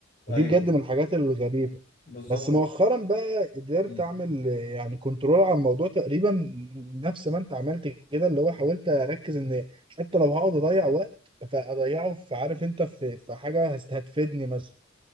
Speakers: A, on the left (about 45°); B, on the right (about 25°).
A: ايوه
B: ودي بجد من الحاجات الغريبة
A: بالظبط
B: بس مؤخرا بقى قدرت
A: مم.
B: اعمل آه، يعني كنترول على الموضوع تقريبا نفس ما انت عملت كده اللي هو حاولت اركز ان حتى لو هقعد اضيع وقت فاضيعه في عارف انت في في حاجة هست- هتفيدني مثلا